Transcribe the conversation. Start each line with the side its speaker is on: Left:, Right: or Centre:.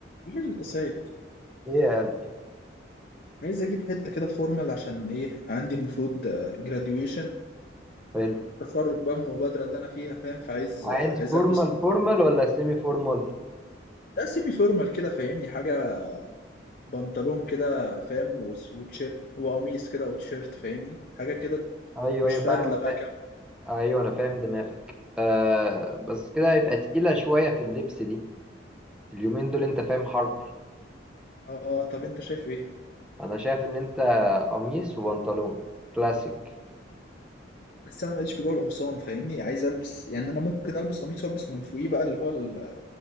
Left: عامل القصايد
Centre: ايه يا
Left: عايز اجيب حته كده فورمال عشان ايه عندي المفروض جراديويشن
Centre: حلو
Left: تخرج بقى من المبادره اللي انا فيها فاهم فعايز
Centre: عايز
Left: آه، عايز
Centre: فورمال
Left: البس فورمال
Centre: فورمال
Left: وكده
Centre: ولا سيمي فورمال
Left: لا سيمي فورمال كده فاهمني حاجه بنطلون كده فاهم وس- وتيشيرت وقميص كده او تيشيرت فاهمني حاجه كده
Centre: ايوه
Left: مش
Centre: ايوه
Left: بدله
Centre: فاهم
Left: بقى
Centre: فا...
Left: كامله
Centre: ايوه انا فاهم دماغك آه بس كده هيبقى تقيلة شوية في اللبس دي اليومين دول انت فاهم حر
Left: اه طب انت شايف ايه
Centre: انا شايف ان انت قميص وبنطلون كلاسيك
Left: بس انا ماليش في جو القمصان فاهمني عايز البس يعني انا ممكن البس قميص والبس من فوقيه بقى اللي هو ال-